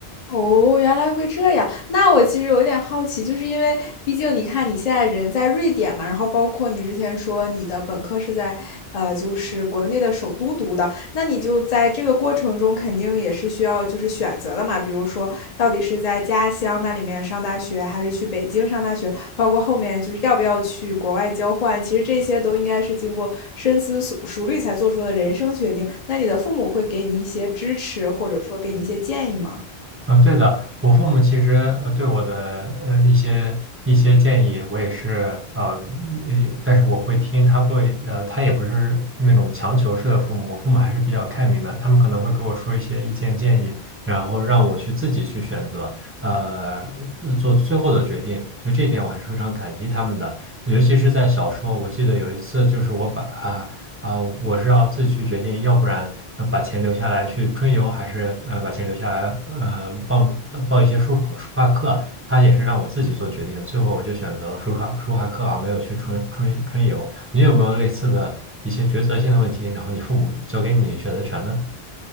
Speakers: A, on the left; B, on the right.
A: 哦，原来会这样。那我其实有一点好奇，就是因为毕竟你看你现在人在瑞典嘛，然后包括你之前说你的本科是在，呃，就是国内的首都读的，那你就在这个过程中肯定也是需要就是选择的嘛，比如说到底是在家乡那里面上大学，还是去北京上大学，包括后面就是要不要去国外交换，其实这些都应该是经过深思熟熟虑才做出的人生决定。那你的父母会给你一些支持，或者说给你一些建议吗？
B: 嗯，对的，我父母其实呃对我的呃一些一些建议，我也是呃，呃有但是我会听，他会呃，他也不是那种强求式的父母，我父母还是比较开明的，他们可能会给我说一些意见建议，然后让我去自己去选择，呃，呃做最后的决定，所以这一点我还是非常感激他们的，尤其是在小时候，我记得有一次就是我把啊、啊、我是要自己去决定，要不然呃把钱留下来去春游，还是呃把钱留下来呃报呃报一些书书画课，他也是让我自己做决定的最后我就选择了书画书画课而没有去春春春游。你有没有类似的一些抉择性的问题？然后你父母交给你选择权呢？